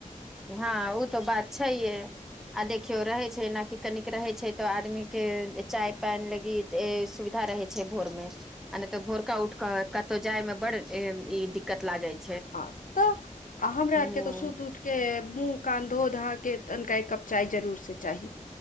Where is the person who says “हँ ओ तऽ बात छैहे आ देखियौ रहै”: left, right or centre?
Centre